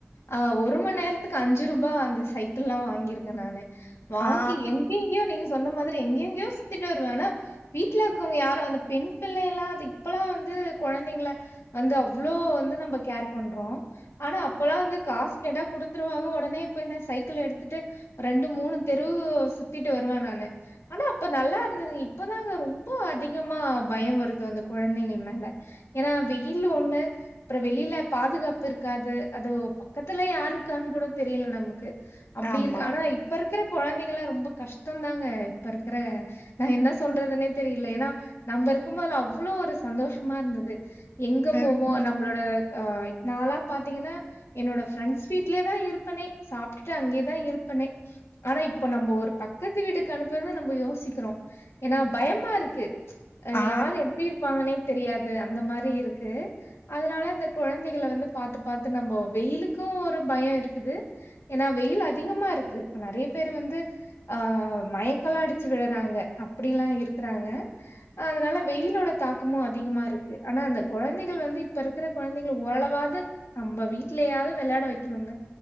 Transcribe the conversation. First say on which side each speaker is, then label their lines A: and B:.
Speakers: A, on the left; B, on the left.
A: ஆ ஒரு மண்நேரத்துக்கு அஞ்சு ரூபா அந்த சைக்கிள்லா வாங்கிருக்க நானு வாங்கி
B: ஆ
A: எங் எங் எங்கயோ நீங்க சொன்ன மாரி எங்க எங்கயோ சுத்திட்டு வருவே ஆனா வீட்ல இருக்கவங்க யாரு அந்த பெண் பிள்ளையலா அது இப்பல்லா வந்து கொழந்தைங்கள வந்து அவ்ளோ வந்து நம்ப கேர் பண்றோ ஆனா அப்பல்லா வந்து காஸ் கேட்டா குடுத்துருவாங்க உடனே இப்ப என்ன சைக்கிள் எடுத்துட்டு ரெண்டு மூணு தெரு சுத்திட்டு வருவே நானு ஆனா அப்ப நல்லா இருந்தது இப்பதாங்க ரொம்ப அதிகமா பயோ வருது அந்த கொழந்தைங்கள் மேல எனா வெயில் ஒன்னு அப்புறோ வெளில பாதுகாப்பு இருக்காது அது பக்கத்துல யாரு இருக்கான் கூட தெரியல நமக்கு அப்டி
B: ஆமா
A: இருக்கு ஆனா இப்ப இருக்குற கொழந்தைங்கலா ரொம்ப கஷ்டோ தாங்க இப்ப இருக்குற நா என்ன சொல்றதுன்னே தெரில எனா நம்ப இருக்கும்போதுலா அவ்ளோ ஒரு சந்தோஷமா இருந்தது எங்க
B: ம்
A: போவோ நம்ளோட ஆ நாலா பாத்தீங்கன்னா என்னோட ஃப்ரெண்ஸ் வீட்லேதா இருப்பனே சாப்ட்டுட்டு அங்யேதா இருப்பனே ஆனா இப்ப நம்ப ஒரு பக்கத்து வீட்டுக்கு அனுப்புறது நம்ப யோசிக்கிறோ எனா பயமா இருக்கு அ
B: ஆ
A: யார் எப்டி இருப்பாங்கன்னே தெரியாது அந்த மாரி இருக்கு அதனால இந்த கொழந்தைகள வந்து பாத்து பாத்து நம்ப வெயிலுக்கு ஒரு பயோ இருக்குது எனா வெயில் அதிகமா இருக்கு நறைய பேரு வந்து ஆ மயக்கலா அடிச்சி விழறாங்க அப்டிலா இருக்றாங்க அதனால வெயிலோட தாக்கமு அதிகமா இருக்கு ஆனா அந்த கொழந்தைகள் வந்து இப்ப இருக்குற கொழந்தைகள ஓரளவாது நம்ப வீட்லயாவ்து வெளையாட வெக்கணுங்க